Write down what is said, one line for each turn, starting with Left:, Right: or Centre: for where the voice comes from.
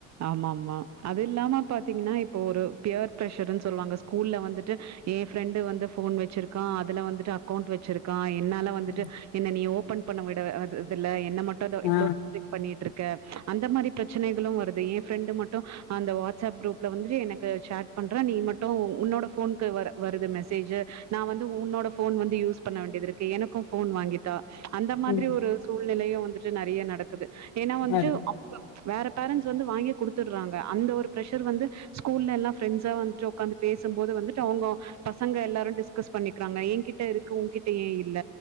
Right: ஆமா ஆமா அது இல்லாம பாத்தீங்கன்னா இப்போ ஒரு பியர் பிர்ஷர்ன்னு சொல்லுவாங்க ஸ்கூல்ல வந்துட்டு என் ஃப்ரெண்டு வந்து போன் வச்சிருக்கான் அதுல வந்துட்டு அக்கௌண்ட் வச்சிருக்கான் என்னால வந்துட்டு
Left: ம்.
Right: என்ன நீ ஓபன் பண்ண விட இதுல என்ன மட்டும் இவ்ளோ
Left: ஆ
Right: பண்ணிட்ருக்க அந்த மாரி பிரச்சனைகளும் வருது என் ஃப்ரெண்டு் மட்டும் அந்த வாட்ஸ் அப் குரூப்ல வந்து எனக்கு சேட் பண்ற நீ மட்டும் உன்னோட போனுக்கு வர வருது மெசேஜ் நான் வந்து உன்னோட போன் வந்து யூஸ் பண்ண வேண்டியது இருக்கு எனக்கும் போன் வாங்கி அந்த மாதிரி
Left: ம்
Right: ஒரு சூழ்நிலையும் வந்துட்டு நிறைய நடக்குது ஏன்னா வந்துட்டு
Left: வருது
Right: அ வேற பேரண்ட்ஸ் வந்து வாங்கி குடுத்துடுறாங்க அந்த ஒரு பிர்ரஷர் வந்து ஸ்கூல்ல எல்லாம் ஃப்ரெண்ட்ஸா வந்துட்டு உக்காந்து பேசும்போது வந்துட்டு அவுங்க பசங்க எல்லாரும் டிஸ்கஸ் பண்ணிக்கிறாங்க என்கிட்ட இருக்கு உங்க்கிட்ட ஏன் இல்ல